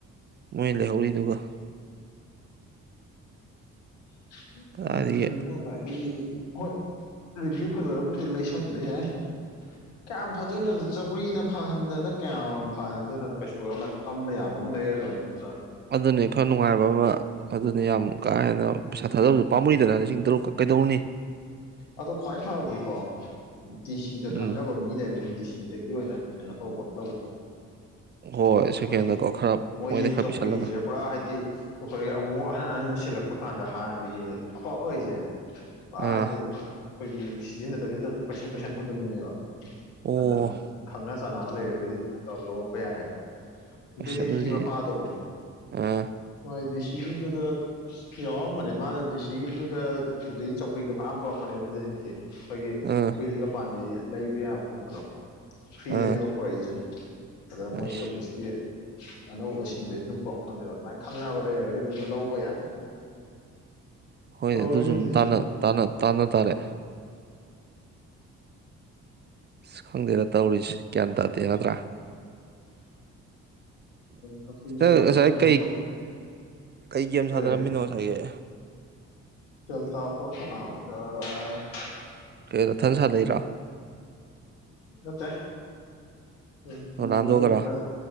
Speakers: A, on the right; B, on the left.
A: ꯃꯣꯏ ꯂꯩꯍꯧꯔꯤꯗꯨꯒ
B: ꯎꯝ <unintelligible>
A: ꯀꯗꯥꯏꯗꯒꯤ
B: ꯍꫭꯏ ꯃꯤ ꯍꯣꯏ ꯔꯤꯚ꯭ꯌꯨ ꯐꯖꯔꯕꯨꯗꯤ ꯂꯩꯁꯟꯕ ꯌꯥꯏ ꯀꯌꯥꯝ ꯐꯗꫭꯏꯅꫭꯗ ꯆꯧꯀ꯭ꯔꯤꯅ ꯐꯍꯟꯗꯅ ꯀꯌꯥꯝ ꯐꯍꯟꯗꯣꯏꯅꯣꯗ ꯀꯩꯁꯨ ꯑꯃ ꯐꯝꯕ ꯌꯥꯕ ꯑꯃ ꯂꯩꯔꯂꯣꯏꯔꯦ ꯅꯠꯇꯔꯥ
A: ꯑꯗꯨꯅꯤ ꯈꯔ ꯅꯨꯡꯉꯥꯏꯕ ꯑꯃ ꯑꯗꯨꯅꯤ ꯌꯥꯝ ꯀꯥ ꯍꯦꯟꯅ ꯄꯩꯁꯥ ꯊꯥꯗꯕꯁꯨ ꯄꯥꯝꯃꯨꯏꯗꯅ ꯂꯤꯁꯤꯡ ꯇꯔꯨꯛꯀ ꯀꯩꯗꯧꯔꯨꯅꯤ
B: ꯑꯗꯣ ꯈ꯭ꯋꯥꯏ ꯐꯗꯤꯀꯣ ꯗꯤ ꯁꯤꯗ
A: ꯎꯝ
B: ꯈꯪꯅꯕ ꯃꯤ ꯂꯩꯔꯗꯤ ꯗꯤꯁꯤꯗꯒꯤ ꯗꯒꯤ ꯑꯣꯏꯅ ꯀꯩꯅꯣ ꯇꯧꯕ ꯂꯧꯕ
A: ꯍꯣꯏ ꯁꯦꯀꯦꯟꯗꯀꯣ
B: ꯃꯣꯏꯗꯤ
A: ꯈꯔ
B: ꯃꯣꯏꯗꯤ
A: ꯃꯣꯏꯗ ꯈꯔ
B: ꯆꯧꯀ꯭ꯔꯤꯁꯦ
A: ꯄꯤꯁꯜꯂꯒ
B: ꯄꯨꯔꯥ ꯍꯥꯏꯗꯤ ꯑꯩꯈꯣꯏ ꯑꯃꯨꯛ ꯑꯍꯟ ꯑꯍꯟꯕ ꯁꯤꯜꯂꯛꯄ ꯀꯥꯟꯗ ꯍꯥꯟꯅꯗꯒꯤ ꯑꯐꯕ ꯈꯩꯁꯦ ꯄꯔꯥ
A: ꯑꯥ
B: ꯍꯥꯏꯗꯤ ꯑꯩꯈꯣꯏꯒꯤ ꯁꯤꯖꯤꯟꯅꯗꯕꯤꯗ ꯄꯩꯁꯟ ꯄꯩꯁꯟ ꯊꯝꯖꯤꯟꯕꯅꯦꯕ
A: ꯑꯣ
B: ꯑꯗꯨꯗ ꯈꯪꯅ ꯆꯥꯟꯅꯕ ꯂꯩꯔꯒꯗꯤ ꯑꯗꯨꯃꯥꯏꯅ ꯇꯧꯔ ꯂꯧꯔꯛꯄ ꯌꯥꯏꯑ‌ꯦꯕ ꯗꯦꯅꯤꯠ
A: ꯑꯁ ꯑꯗꯨꯗꯤ
B: ꯀꯤ ꯃꯄꯥꯗꯣ
A: ꯑꯥ
B: ꯃꫭꯏ ꯗꯤꯁꯤ ꯒꯤꯗꯨꯗ ꯌꯥꯎꯔꯝꯕꯅꯦ ꯃꯥꯗꯨ ꯗꯤ ꯁꯤꯒꯤꯗꯨꯗ ꯑꯗꯩ ꯆꯧꯀ꯭ꯔꯤꯒ ꯐꯅꯌꯥꯝ ꯄꯨꯔꯛꯄꯅꯦꯕ ꯗ‌ꯦꯅꯤꯠꯀꯤ ꯑꯩꯈꯣꯏꯒꯤ
A: ꯑꯥ
B: ꯑꯈꫭꯏꯁꯤ ꯄꯥꯟꯕꯤ ꯂꯩꯕ ꯌꯥꯕ ꯈꯣꯠꯄꯗꯣ ꯐ꯭ꯔꯤꯗꯅꯦꯕ
A: ꯑꯥ
B: ꯄꯨꯔꯛꯏꯁꯦ ꯑꯗꯣ ꯃꯣꯏꯒꯤ
A: ꯑꯁ
B: ꯑꯣꯐꯤꯁ ꯁꯤ ꯑꯅꯧꯕ ꯁꯤꯟꯕꯩ ꯑꯗꯨꯝ ꯄꯣꯔꯛꯅꯕꯅꯦ ꯑꯗꯨꯃꯥꯏꯅ ꯈꯪꯅꯕ ꯂꯩꯔꯒꯗꯤ ꯑꯗꯨꯝ ꯂꯧꯕ ꯌꯥꯅꯤ
A: ꯍꯣꯏ
B: ꯇꯧꯔꯤꯁꯦ
A: ꯑꯗꯨꯁꯨ ꯑꯃꯨꯛ ꯇꯥꯟꯅ ꯇꯥꯟꯅ ꯇꯥꯟꯅ ꯇꯥꯔꯦ ꯑꯁ ꯈꯪꯗꯦꯗ ꯇꯧꯔꯤꯁꯦ ꯒ꯭ꯌꯥꯟ ꯇꯥꯗꯦ ꯅꯠꯇ꯭ꯔꯥ
B: ꯆꯧꯀ꯭ꯔꯤꯕꯨ
A: ꯅꯪ
B: ꯇꯧꯕ
A: ꯉꯁꯥꯏ
B: ꯇꯜꯂꯦ ꯂꯥꯏꯔꯤꯛ
A: ꯀꯩ
B: ꯇꯧꯕꯗꯣ
A: ꯀꯩ ꯒꯦꯝ
B: ꯀꯔꯤ
A: ꯁꯥꯟꯅꯔꯝꯃꯤꯅꯣ ꯑꯩ
B: <unintelligible>
A: ꯀꯩ ꯅꯊꯟ ꯁꯥꯟꯅꯩꯔꯣ
B: ꯅꯠꯇꯦ ꯒ‌ꯦꯝ
A: ꯔꯣꯅꯥꯜꯗꯣꯒꯔꯣ
B: ꯃꯅꯨꯡꯗ ꯈꯔꯥ